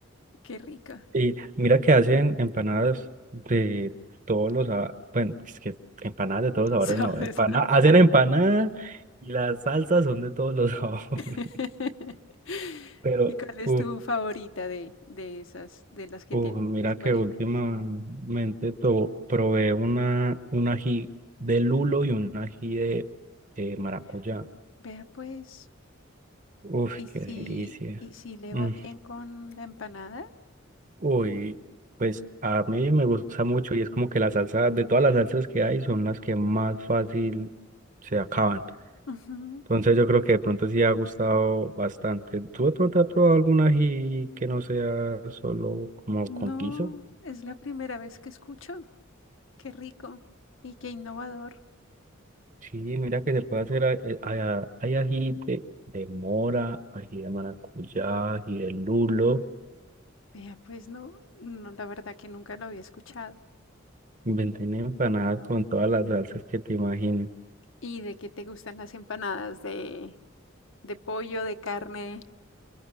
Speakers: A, on the left; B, on the right.
A: qué rico.
B: Y mira que hacen empanadas de todos los, sa- bueno, es que empanadas de todos los sabores
A: <laughs> Sabes.
B: no, empana hacen empanadas y las salsas son de todos los sabores.
A: <laughs>
B: <laughs> Pero,
A: ¿Y cuál es
B: uff,
A: tu favorita de, de esas, de las que
B: uff,
A: tienen
B: mira
A: disponibles?
B: que últimamente to- probé una, un ají de lulo y un ají de, de maracuyá.
A: Vea, vea, pues,
B: uff
A: ¿y
B: qué
A: si,
B: delicia.
A: y si le
B: Mm.
A: va bien con la empanada?
B: Uy, pues a mí me gusta mucho y es como que la salsa, de todas las salsas que hay, son las que más fácil se acaban.
A: Ujú.
B: Entonces yo creo que de pronto sí ha gustado bastante. ¿Tú de pronto has probado algún ají que no sea solo como
A: No,
B: con guiso?
A: es la primera vez que escucho. Qué rico y qué innovador.
B: Sí, mira que se puede hacer, a- eh, hay, a- hay ají de, de mora, ají de maracuyá, ají de lulo.
A: Vea, pues no, no, la verdad que nunca lo había escuchado.
B: Inventé empanadas con todas las salsas que te imagines.
A: ¿Y de qué te gustan las empanadas de, de pollo, de carne?